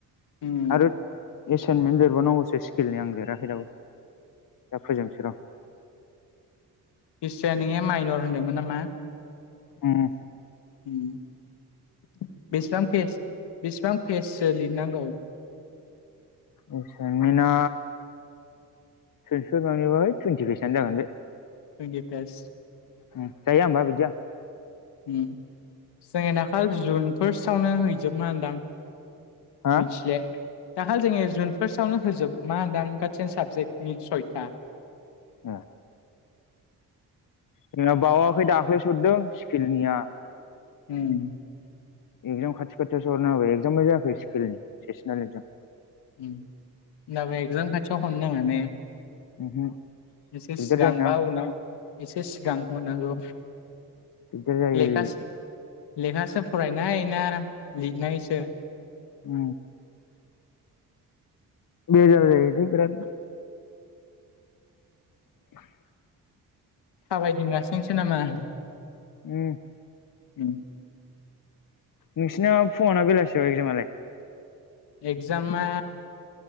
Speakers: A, on the left; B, on the left.
A: उम
B: आरो एसाइनमेन्ट लिरबावनांगौसो स्किलनि आं लिराखै दाबो दा फोजोबसै र
A: बिस्रानिया माइनर होनदोंमोन नामा
B: ओम
A: उम बेसेबां फेस बेसेबां फेस सो लिरनांगौ
B: एसाइनमेन्टआ सयस मोनहैबाय टुयिन्टि फेसानो जागोन बे
A: टुयिन्टि पेस
B: उम जायो आंबा बिदिया
A: ओम जों दाखालि जुन फोर्स्टआवनो हैजोबानदां
B: हा
A: मिथिले दाखालि जोङो ए जुन फार्स्टआवनो होजोब मान दां गसिन साबजेक्टनि सयथा
B: ओ जोंना बावाखै दाख्लैसो हरदों स्किलनिया
A: ओम
B: इकजाम खाथि खाथियावसो हरना होबाय इकजामबो जायाखै स्किलनि सेसनेल इकजाम
A: ओम होनबाबो एक्जाम खाथियाव खन
B: उमहो
A: <unintelligible> एसे
B: दिगदार
A: सिगांबा
B: जायोना
A: उनाव एसे सिगां हरनांगौ।
B: दिगदार जायो
A: लेखास लेखासो फ रायनाय ना लिरनायसो
B: ओम बेजाल जायोलै बेराद <inaudible>
A: थाबायदिंगासिनोसो नामा?
B: उम
A: उम
B: नोंसिना फुङना बेलासियाव एकजामालाय?
A: एक्जाम मा